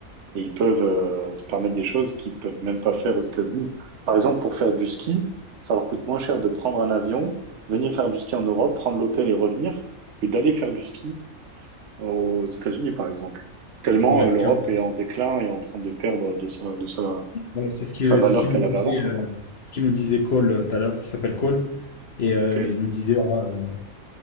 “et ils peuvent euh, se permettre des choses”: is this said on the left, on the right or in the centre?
Right